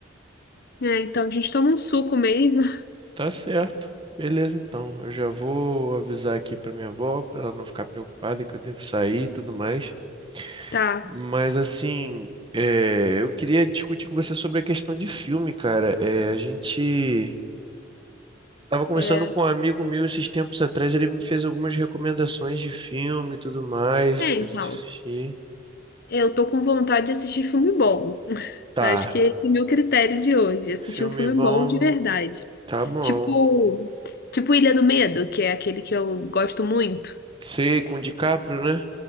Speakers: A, on the left (about 55°); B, on the right (about 25°).
A: É, então a gente toma um suco mesmo. <laughs>
B: Tá certo. Beleza, então. Eu já vou avisar aqui pra minha avó, pra ela não ficar preocupada que eu devo sair e tudo mais.
A: Tá.
B: Mas assim, é, eu queria discutir com você sobre a questão de filme, cara. É, a gente Tava conversando
A: É,
B: com um amigo meu esses tempos atrás, ele me fez algumas recomendações de filme e tudo mais
A: é,
B: pra
A: então.
B: gente assistir.
A: Eu tô com vontade de assistir filme bom. <laughs>
B: Tá,
A: Acho que esse é o meu critério de hoje, assistir
B: filme
A: um filme
B: bom,
A: bom de verdade.
B: tá bom.
A: Tipo, tipo Ilha do Medo, que é aquele que eu gosto muito.
B: Sei, com o DiCaprio, né?